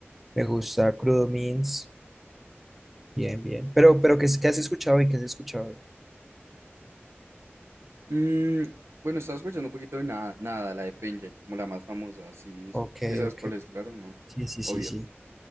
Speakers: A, in the centre; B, on the right.
A: me gusta Crudo Means, bien, bien. Pero, pero, ¿qué, es- qué has escuchado hoy? ¿Qué has escuchado hoy?
B: Mm, bueno, estaba escuchando un poquito de nada, nada, la de Danger, como la más famosa, sí,
A: Ok,
B: sí sabes
A: ok,
B: cuál es, claro, no,
A: sí, sí, sí,
B: obvio.
A: sí.